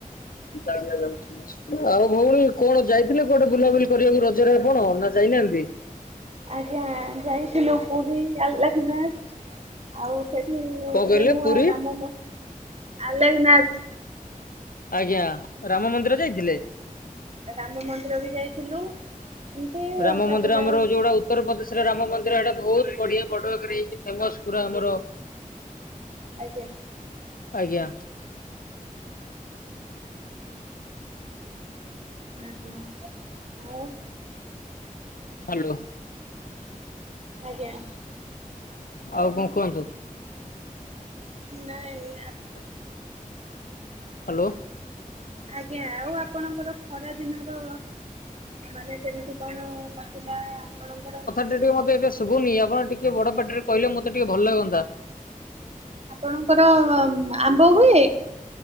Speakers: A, on the left; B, on the right.
A: ଭଉଣୀ କୁଆଡେ ଯାଇଥିଲେ କୁଆଡେ ବୁଲାବୁଲି କରିବାକୁ ରଜରେ ଆପଣ ନା ଯାଇନାହାନ୍ତି?
B: ଆଜ୍ଞା ଯାଇଥିଲୁ ପୁରୀ ଆଲାଖନାଥ ଆଉ ସେଠି
A: କଣ
B: ଏବେ
A: କହିଲେ
B: ନୂଆ
A: ପୁରୀ
B: ରାମ ମ ଆଲେଖନାଥ
A: ଆଜ୍ଞା ରାମ ମନ୍ଦିର ଯାଇଥିଲେ।
B: ରାମ ମନ୍ଦିର ବି ଯାଇଥିଲୁ। ଏମିତି
A: ରାମ
B: ତାପରେ
A: ମନ୍ଦିର ଆମର ହଉଚି ଯୋଉଡା ଉ ଉତ୍ତରପ୍ରଦେଶେରେ ରାମ ମନ୍ଦିର ହେଇଟା ବୋହୁତ ବଢିଆ ବଡ ଆକାରରେ ହେଇଛି ଫେମସ୍ ପୁରା ଆମର
B: ଆଜ୍ଞା।
A: ଆଜ୍ଞା।
B: ଆଜ୍ଞା ଆଉ।
A: ହାଲୋ।
B: ଆଜ୍ଞା।
A: ଆଉ କଁ କୁହନ୍ତୁ?
B: ନାଇଁ ଆପ୍
A: <inaudible> ହାଲୋ।
B: ଆଜ୍ଞା ଆଉ ଆପଣଙ୍କର ଖରା ଦିନର ମାନେ କେମିତି କଣ କଟିଥିଲା ଆପଣଙ୍କର?
A: ଦି ଟିକେ ମତେ ଏତେ ଶୁଭନି ଆପଣ ଟିକେ ବଡ ପାଟିରେ କହିଲେ ମତେ ଟିକେ ଭଲ ଲାଗନ୍ତା।
B: ଆପଣଙ୍କର ଉଁ ଆମ୍ବ ହୁଏ?